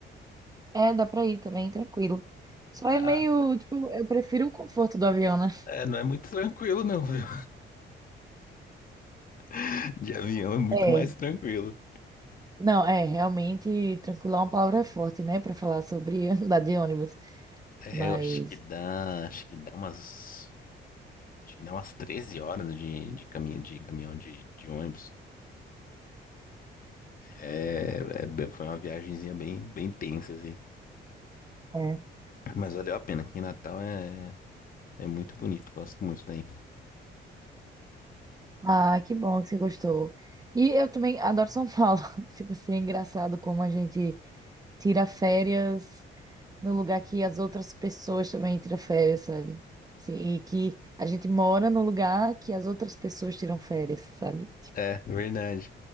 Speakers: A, on the right; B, on the left.
A: é, dá pra ir também, tranquilo. Só é
B: Ah,
A: meio, tipo, eu prefiro o conforto do avião, né?
B: é, não é muito tranquilo, não, viu? <laughs> De avião é muito
A: É,
B: mais tranquilo.
A: não, é, realmente, tranquilo é uma palavra forte, né, Pra falar sobre <laughs> andar de ônibus,
B: É,
A: mas...
B: eu acho que dá, acho que dá umas, acho que dá umas 13 horas de, de caminho, de caminhão de, de ônibus. É, é- foi uma viagenzinha bem, bem tensa, assim.
A: É.
B: Mas valeu a pena. Aqui em Natal é, é muito bonito. Gosto muito daí.
A: Ah, que bom que você gostou. E eu também adoro São Paulo. <laughs> Tipo assim, é engraçado como a gente tira férias no lugar que as outras pessoas também tiram férias, sabe? Sim, e que a gente mora no lugar que as outras pessoas tiram férias, sabe?
B: É, verdade.